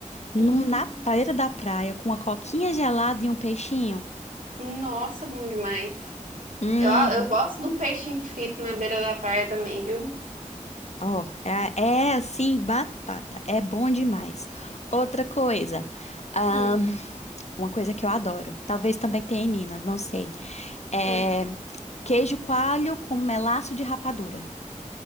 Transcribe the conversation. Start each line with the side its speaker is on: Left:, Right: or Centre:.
Left: num-
Right: hum.
Left: na praia da praia com uma coquinha gelada e um peixinho.
Right: Nossa, bom demais.
Left: Hum,
Right: Eu, eu gosto de um peixinho frito na beira da praia também, viu?
Left: ó, é, é assim, batata, é bom demais. Outra coisa, ahn,
Right: Hum,
Left: uma coisa que eu adoro, talvez também tenha em Minas, não sei. é
Right: hum.
Left: Queijo coalho com melaço de rapadura.